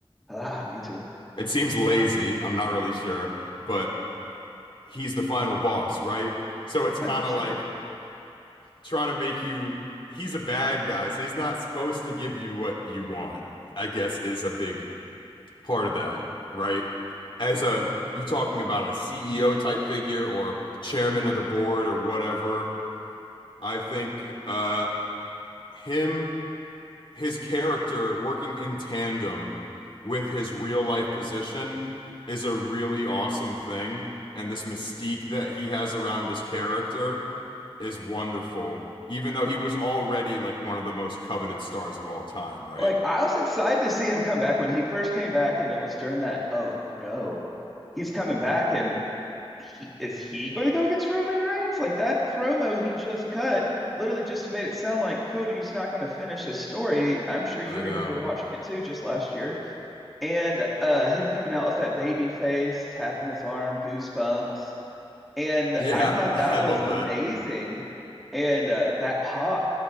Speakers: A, in the centre; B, on the left (about 55°).
A: Ah, me too. one
B: It seems lazy, I'm not really sure, but he's the final boss, right? So it's
A: Hundred
B: kind
A: percent.
B: of like trying to make you he's a bad guy, so he's not supposed to give you what you want. I guess is a big part of that, right? As a you talking about a CEO type figure or chairman of the board or whatever, I think uh him his character working in tandem with his real life position is a really awesome thing. And this mystique that he has around his character is wonderful, even though he was already like one of the most coveted stars of all time, right?
A: Like, I was excited to see him come back when he first came back, and it was during that. Oh no, he's coming back, and he is he going to go against Roman Reigns? Like that promo he just cut literally just made it sound like Cody's not going to finish his story. I'm sure you
B: I
A: remember
B: know.
A: watching it too just last year. And uh him coming out as that baby face, tapping his arm, goosebumps. And
B: Yeah,
A: I thought
B: <laughs> I
A: that
B: love
A: was amazing.
B: that.
A: And uh that pop.